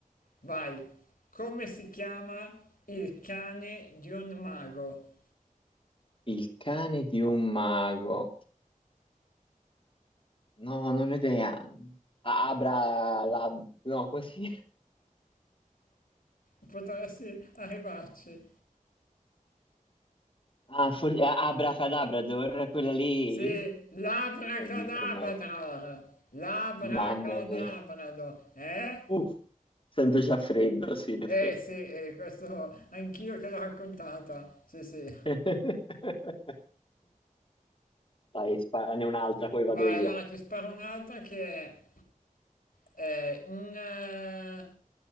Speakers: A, on the left; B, on the left.
A: Vai, come si chiama il cane di un mago?
B: Il cane di un mago. No, non ho idea. A- Abra, la, no, come si
A: Potresti arrivarci.
B: Ah, for- a- Abracadabrador, quella lì?
A: Sì, l'abracadabrador,
B: Oddio, tremendo.
A: l'abracadabrador,
B: Mamma mia.
A: eh?
B: Uff, sento già freddo, sì, in effetti.
A: Eh sì, eh, questo anch'io che l'ho raccontata, sì sì.
B: <laughs> Dai, sparane un'altra, poi vado
A: Vai,
B: io.
A: allora ti sparo un'altra che è... Eh, un, eh,